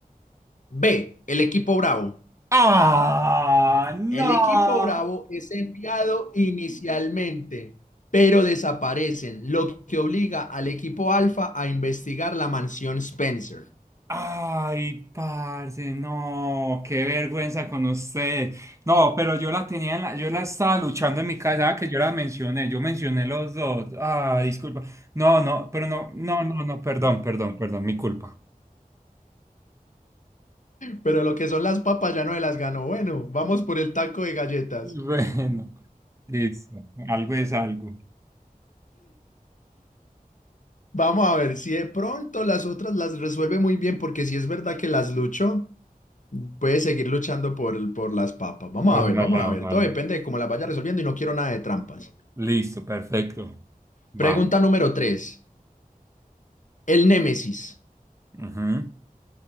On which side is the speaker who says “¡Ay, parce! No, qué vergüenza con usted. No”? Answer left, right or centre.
Right